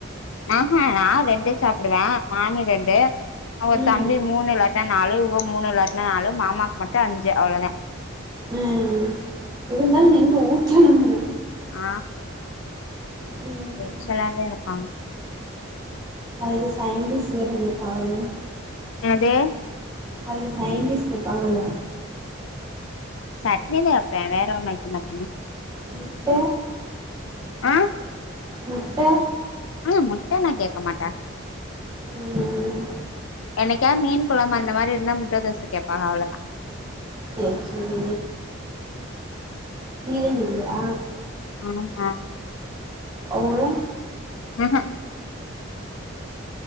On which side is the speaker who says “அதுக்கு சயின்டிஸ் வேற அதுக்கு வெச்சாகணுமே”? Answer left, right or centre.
Right